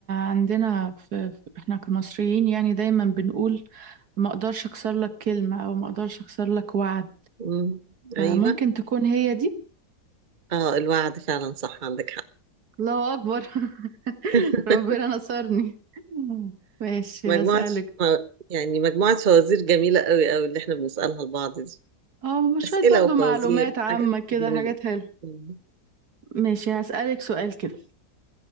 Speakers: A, on the right; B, on the right.
A: عندنا في في- احنا كمصريين يعني دايما بنقول ما اقدرش اكسر لك كلمة او ما اقدرش اكسر لك وعد
B: مم. ايوه
A: فممكن تكون هي دي
B: اه الوعد فعلا صح عندك حق
A: الله اكبر <laughs>
B: <laughs>
A: ربنا نصرني ماشي
B: مجموعة
A: هسألك
B: يعني مجموعة فوازير جميلة قوي قوي اللي احنا بنسألها لبعض دي
A: اه شوية
B: أسئلة
A: برضو
B: وفوازير
A: معلومات عامة
B: وحاجات
A: كده
B: جميلة
A: حاجات حلوة
B: مم.
A: ماشي هسألك سؤال كده